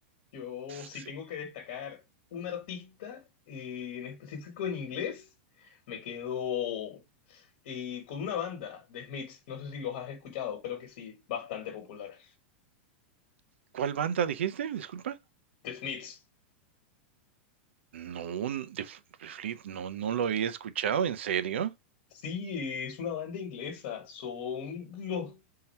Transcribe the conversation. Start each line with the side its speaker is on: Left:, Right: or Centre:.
Left: Yo si
Right: Sí.
Left: tengo que destacar un artista eh, en específico en inglés, me quedo eh, con una banda, The Smiths. No sé si los has escuchado, creo que sí, bastante popular.
Right: ¿Cuál banda dijiste? Disculpa.
Left: The Smiths.
Right: No, un- de Fl- de Fleet- no, no lo he escuchado, ¿en serio?
Left: Sí, es una banda inglesa. Son los